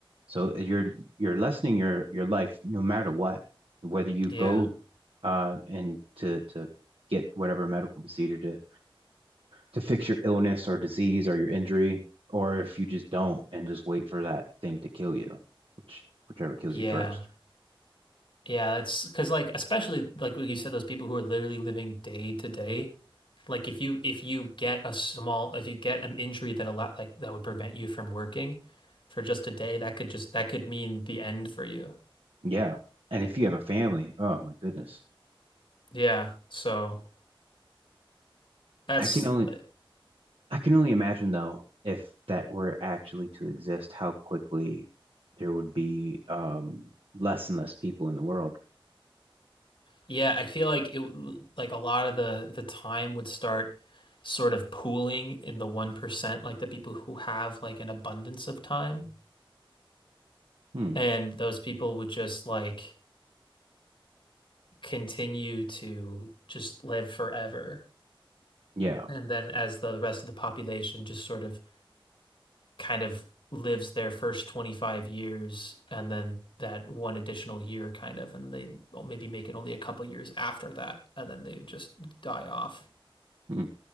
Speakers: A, on the right; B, on the left.
A: So you're you're lessening your your life no matter what, whether you
B: Yeah.
A: go uh and to to get whatever medical procedure to to fix your illness or disease or your injury, or if you just don't and just wait for that thing to kill you, which whichever kills
B: Yeah.
A: you first.
B: Yeah, it's because like especially like what you said, those people who are literally living day to day Like if you if you get a small if you get an injury that a lot like that would prevent you from working for just a day, that could just that could mean the end for you.
A: Yeah. And if you have a family, oh my goodness.
B: Yeah. So that's
A: I can only
B: like,
A: I can only imagine though if that were actually to exist, how quickly there would be um less and less people in the world.
B: yeah, I feel like it like a lot of the the time would start sort of pooling in the 1%, like the people who have like an abundance of time.
A: Hmm.
B: And those people would just like continue to just live forever.
A: Yeah.
B: And then as the rest of the population just sort of kind of lives their first 25 years and then that one additional year kind of and they well, maybe make it only a couple years after that and then they just die off
A: Hmm.